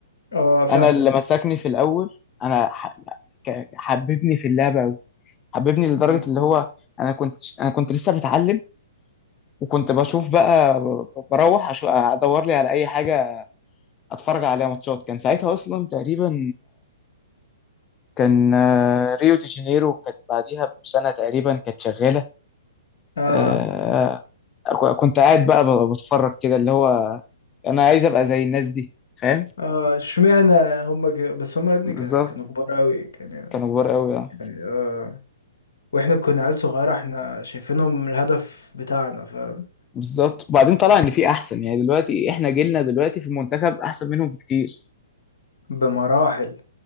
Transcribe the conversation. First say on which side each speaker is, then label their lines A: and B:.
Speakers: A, on the left (about 65°); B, on the left (about 25°).
A: اه فاهمك
B: انا اللي مسكني في الاول انا ح- ك- حببني في اللعبه قوي حببني لدرجه
A: مم.
B: اللي هو انا كنت انا كنت لسه بتعلم وكنت بشوف بقى ب- بروح أشو- ادور لي على اي حاجه اتفرج عليها ماتشات كان ساعتها اصلا تقريبا كان آه، ريو دي جانيرو كانت بعديها بسنه تقريبا كانت شغاله
A: اه
B: آه، ك- كنت قاعد بقى ب- بتفرج كده اللي هو انا عايز ابقى زي الناس دي فاهم
A: اه اشمعنى هم ك... بس هم يا ابني
B: بالظبط
A: ك... كانوا كبار قوي كان يعني
B: كانوا كبار قوي
A: اه واحنا كنا عيال صغيرة احنا شايفينهم الهدف بتاعنا فاهم
B: بالظبط وبعدين طلع ان في احسن يعني دلوقتي احنا جيلنا دلوقتي في المنتخب احسن منهم بكتير
A: بمراحل